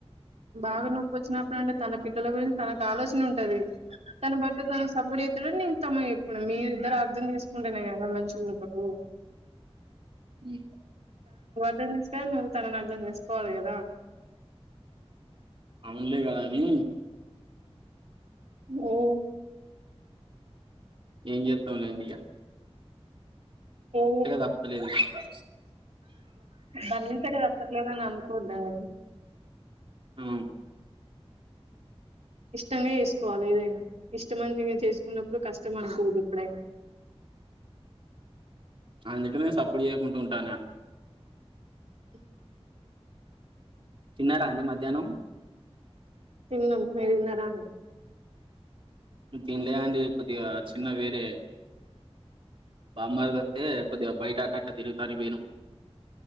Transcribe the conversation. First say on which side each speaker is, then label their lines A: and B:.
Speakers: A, on the right; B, on the right.
A: బాగా నొప్పోచ్చినప్పుడు అంటే తన పిల్ల గురిం తనకు ఆలోచన ఉంటది తన బట్ త సబుడి ఇయితు న ఇస్తమ ఎప్పుడు మీరు ఇద్దరు అర్ం చేసు ఉంటనే కదా మంచిగుంటవు
B: ఇ
A: అర్ధంచేసుకోవ్ నువ్వు తన అర్థం చేసుకోవాలి కదా
B: అవునులే కదా అని
A: హ్మ్
B: ఏం చేస్తాంలేండి ఇగ
A: ఏ
B: తప్పలేదు ఇక అట్లా
A: బరించక తప్ అట్లగానె అనుకోద్దాది
B: ఆ
A: ఇష్టమే చేసుకోవాలి ఏదైనా ఇష్టమంత చేసు ఉన్నప్పుడు కష్టం అనుకోవద్దు ఇప్పుడైన
B: అందుకనేే సప్పుడు చేయకుంటా ఉంటానా
A: ఇ
B: తిన్నారా అండి మధ్యాహ్నం
A: తిన్నం మిరు తిన్నారా అండి
B: తినలే అండి కొద్దిగా చిన్న వేరే బామ్మార్ది వత్తే కొద్దిగా బయట ఆ గట్ట తిరుగుతానికి పోయినమ్